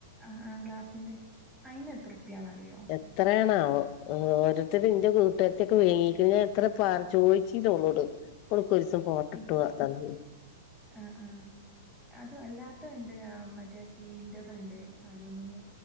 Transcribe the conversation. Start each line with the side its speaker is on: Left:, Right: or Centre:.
Centre: ആഹ് ആ ഗ്ലാസിന്റെ അയിന് എതൃുപ്പിയാന്ന്റിയോ
Left: എത്രയാണവോ ഓരോര്ത്തര് എന്റെ കൂട്ടുകാരത്തൊക്കെ വേങ്ങിക്ക ഞാൻ എത്ര പാർ ചോദിച്ചില്ലള്ളോട് ഒള്ൻക്കൊരിസം ഫോട്ടോ
Centre: ആഹ്
Left: ഇട്ട് തന്നീന്നു
Centre: ആഹ് ആഹ് അത് അല്ലാത്ത ഉണ്ട് മറ്റേ സ്റ്റീലിന്റെതുണ്ട് അലൂമിനി